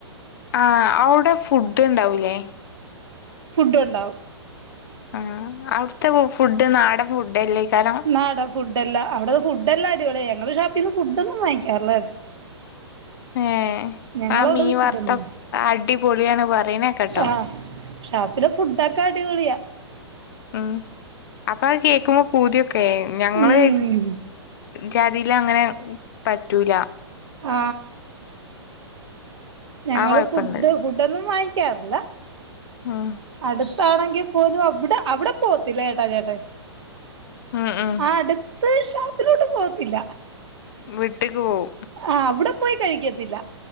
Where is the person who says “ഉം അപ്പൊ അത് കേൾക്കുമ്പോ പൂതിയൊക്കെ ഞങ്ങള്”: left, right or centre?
Left